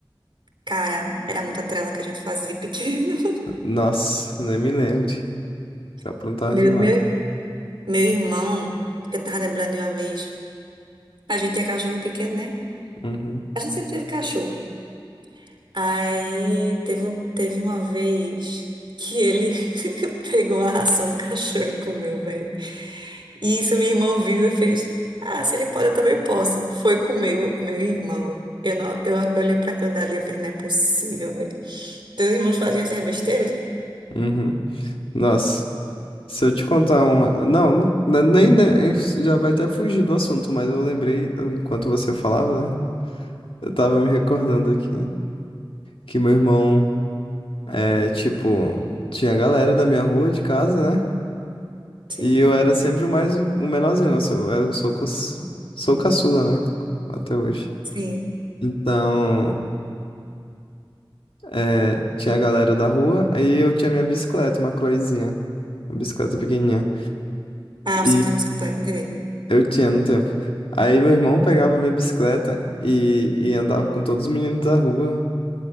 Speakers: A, on the right; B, on the left.
A: Cara, era muita trela que a gente fazia pequeno.
B: Nossa, nem me lembre. Tá aprontar
A: <laughs> Meu,
B: demais.
A: meu Meu irmão, eu tava lembrando de uma vez, a gente tinha cachorro pequeno, né?
B: Uhum,
A: A gente sempre teve cachorro. Aí teve, um- teve uma vez que ele <laughs> pegou a ração do cachorro e comeu, velho. E isso meu irmão viu e fez: Ah, se ele pode, eu também posso. Foi comer o meu irmão. Eu, não, eu, eu olhei pra aquilo dali e falei: Não é possível, velho. Teus irmãos faziam essas besteiras?
B: uhum. Nossa, se eu te contar uma. Não, não- nem, nem já vai até fugir do assunto, mas eu lembrei, enquanto você falava, né? Eu tava me recordando aqui que meu irmão é tipo. Tinha a galera da minha rua de casa, né?
A: Sim,
B: E eu era sempre o mais, o menorzinho, né? eu sou, eu era o sou, sou caçula, né? Até hoje.
A: sim.
B: Então, é, tinha a galera da rua, aí eu tinha minha bicicleta, uma croizinha, uma bicicleta pequenininha.
A: Ah,
B: E
A: você tem uma bicicleta, entendi.
B: eu tinha no tempo. Aí meu irmão pegava minha bicicleta e, e andava com todos os meninos da rua